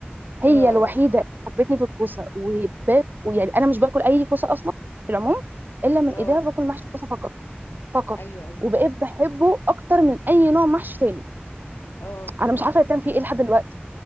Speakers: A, on the right; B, on the left.
A: هي
B: اه
A: الوحيده
B: اه
A: اللي حبتني في الكوسه وباب ويعني انا مش باكل اي كوسه اصلا في العموم الا من
B: اه
A: ايديها باكل محشي الكوسه فقط فقط
B: ايوه ايوه
A: وبقيت بحبه اكتر من اي نوع محشي تاني
B: اه
A: انا مش عارفه بتعمل فيه ايه لحد دلوقتي